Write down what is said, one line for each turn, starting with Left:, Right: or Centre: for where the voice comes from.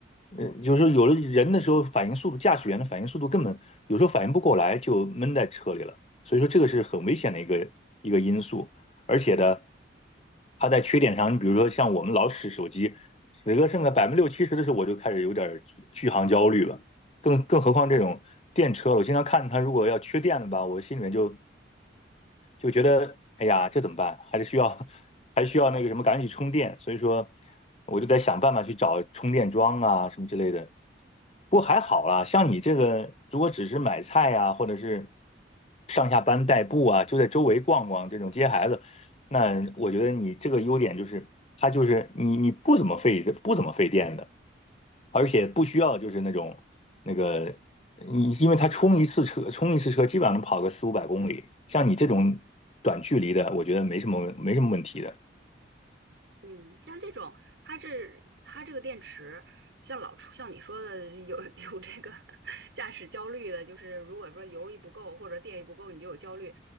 Left: 呃，有时候有了人的时候，反应速度，驾驶员的反应速度根本有时候反应不过来，就闷在车里了。所以说这个是很危险的一个一个因素，而且呢，它在缺点上，你比如说像我们老使手机。十个剩个百分之六七十的时候，我就开始有点续航焦虑了。更更何况这种电车，我经常看它如果要缺电了吧，我心里面就就觉得哎呀，这怎么办？还是需要 <laughs> 还需要那个什么，赶紧充电。所以说，我就在想办法去找充电桩啊什么之类的。不过还好啦，像你这个，如果只是买菜啊，或者是上下班代步啊，就在周围逛逛这种接孩子，那我觉得你这个优点就是，它就是你你不怎么费不怎么费电的。而且不需要就是那种那个你，因为他充一次车，冲一次车基本上能跑个四五百公里，像你这种短距离的，我觉得没什么没什么问题的。
Right: 嗯，像这种，它这它这个电池，像老出像你说的有 <laughs> 有这个驾驶焦虑的，就是如果说油一不够或者电一不够，你就有焦虑。